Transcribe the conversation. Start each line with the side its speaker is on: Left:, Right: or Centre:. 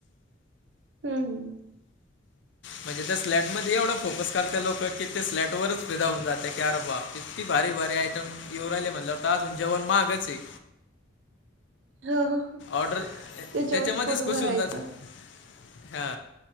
Right: हम्म हम्म.
Left: म्हणजे त्या स्लॅट मध्ये एवढं फोकस करते लोक की ते स्लॅट वरच फिदा होऊन जाते की अर बा इतती भारी भारी आहे. येऊ राहिले म्हटला वर तर अजून जेवण माहागचे.
Right: हो हो. हो.
Left: ऑर्डर
Right: त्याच्यावरच
Left: त्याच्यामध्येच
Right: पोट
Left: खुश
Right: भरायचं
Left: होऊन जातात हा